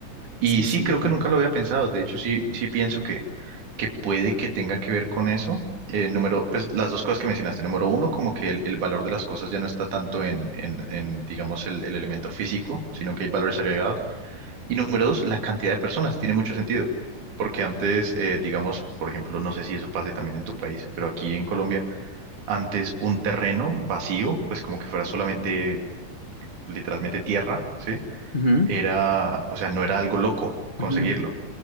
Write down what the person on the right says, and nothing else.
Y
sí,
creo que nunca lo había pensado, de hecho sí, sí pienso que, que puede que tenga que ver con eso. Eh, número, pues las dos cosas que mencionaste. Número uno, como que el, el valor de las cosas ya no está tanto en, en, en digamos, el el elemento físico, sino que hay valores agregados. Y número dos, la cantidad de personas. Tiene mucho sentido. Porque antes, eh, digamos, por ejemplo, no sé si eso pase también en tu país, pero aquí en Colombia, antes un terreno vacío, pues como que fuera solamente, literalmente tierra, ¿sí?
Era, o sea, no era algo loco conseguirlo.